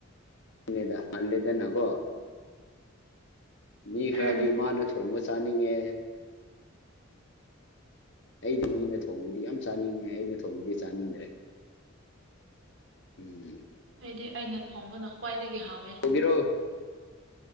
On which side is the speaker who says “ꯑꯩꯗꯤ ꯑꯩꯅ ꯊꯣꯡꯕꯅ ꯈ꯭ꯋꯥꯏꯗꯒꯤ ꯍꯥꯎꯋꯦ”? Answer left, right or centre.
Right